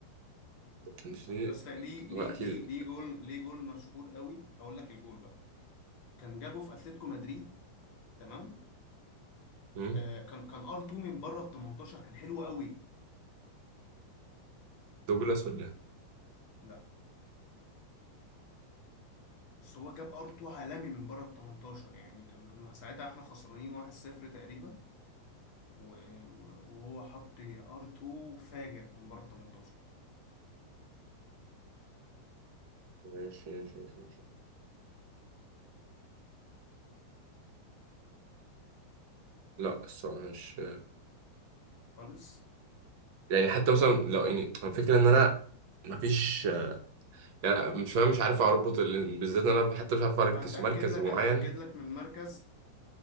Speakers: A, on the right (about 45°); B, on the left (about 40°).
A: كان في
B: بس ليه ليه
A: هو اكيد
B: ليه ليه جول ليه جول مشهور قوي هقول لك الجول بقى كان جابه في اتلتيكو مدريد تمام
A: مم؟
B: آه كان كان ار 2 من بره ال 18 كان حلو قوي
A: دوجلاس ولا إيه؟
B: لا بس هو جاب ار 2 عالمي من بره ال 18 يعني كان كنا ساعتها احنا خسرانين 1-0 تقريبا و- و- وهو حط ار 2 فاجر من بره ال 18
A: ماشي ماشي ماشي ماشي. لا الصراحه مش
B: خالص
A: يعني حتى مثلا لو اني الفكره ان انا مفيش لا مش فاهم مش عارف اربط ال- بالذات إن انا حتى مش عارف
B: طب
A: اركز
B: هتاكد
A: في مركز
B: لك
A: معين
B: هتاكد لك من المركز